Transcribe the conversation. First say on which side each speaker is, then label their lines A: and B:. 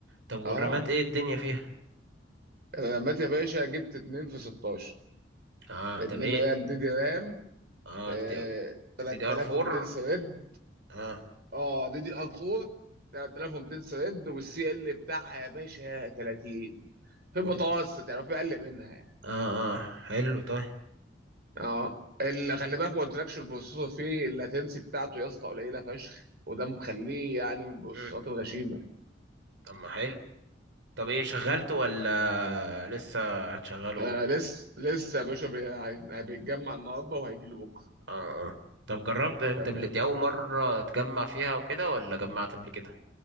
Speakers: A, on the right (about 85°); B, on the right (about 55°).
A: طب والرامات
B: اه
A: ايه الدنيا فيها
B: انا لميت يا باشا جبت اتنين في 16
A: اه
B: اتنين
A: طب ايه
B: رام دي دي رام
A: اه
B: آه
A: دي
B: 3200
A: دي ار 4
B: سرد
A: اه
B: اه دي دي ار 4 3200 سرد والسي ال بتاعها يا باشا 30 في
A: و...
B: المتوسط يعني في اقل منها
A: اه اه حلو طيب
B: اه اللي خلي بالك ما قلتلكش البروسيسور فيه اللاتنسي بتاعته يا اسطى قليله فشخ وده مخليه يعني من البروسيسورات
A: مم.
B: الغشيمه
A: طب ما حلو طب ايه شغلته ولا لسه هتشغله
B: آه لسه لسه يا باشا بي- هي- هيتجمع النهارده وهيجي لي بكره
A: اه اه طب جربت انت
B: تمام
A: بل- دي اول مرة تجمع فيها وكده ولا جمعت قبل كده